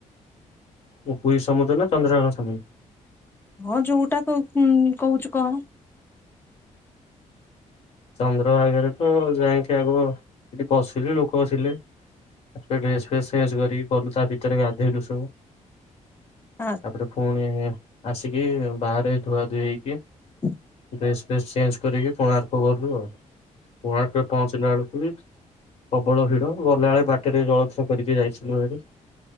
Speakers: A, on the left; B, on the left.
A: ଓ ପୁରୀ ସମୁଦ୍ର ନା ଚନ୍ଦ୍ରଗାନ ସମାମ
B: ହଁ ଯୋଉଟା କହୁଛୁ କହ
A: ଚନ୍ଦ୍ରଭାଗରେ ତ ଯାଇକି ଆଗ ଏଠି ବସିଲି ଲୋକ ବସିଲେ ତାପରେ ଡ୍ରେସ ଫସ କଲୁ ତା ଭିତରେ ଗାଧୋଇଲୁ ସବୁ
B: ଆ
A: ତାପରେ ପୁଣି ଆସିକି ବାହାରେ ଧୁଆ ଧୁଇ ହେଇକି
B: ହ
A: ଫସ୍ ଫେସ୍ ଚେଞ୍ଜ କରିକି କୋଣାର୍କ ଗଲୁ ଆଉ କୋଣାର୍କ ପହଞ୍ଚିଲା ବେଳକୁ ବି ପ୍ରବଳ ଭିଡ଼ ଗଲାବେେଳେ ବାଟରେ ଜଳଖ କରିକି ଯାଇଥିଲୁ ଭରି